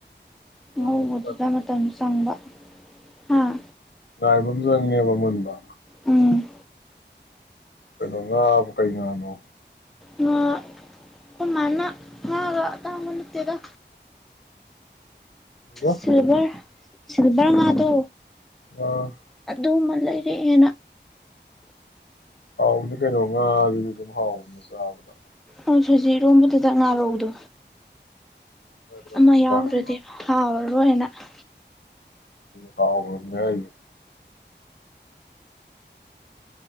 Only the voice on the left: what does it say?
ꯉꯥꯏꯕ
ꯉꯥꯏꯕ ꯑꯃ ꯆꯪꯉꯦꯕ ꯃꯨꯟꯕ
ꯀꯩꯅꯩꯅꯣ ꯉꯥꯕꯨ ꯀꯩ ꯉꯥꯅꯣ
ꯏꯃꯥ
ꯑ
ꯍꯥꯎꯕꯅꯤ ꯀꯩꯅꯣ ꯉꯥꯑꯗꯨꯗꯤ ꯑꯗꯨꯝ ꯍꯥꯎꯕꯅꯦ ꯆꯥꯕꯗ
ꯆꯥꯅꯈ꯭ꯔꯕꯅꯤꯗ
ꯀꯥꯎꯕꯃꯦ ꯍꯥꯏꯖꯦ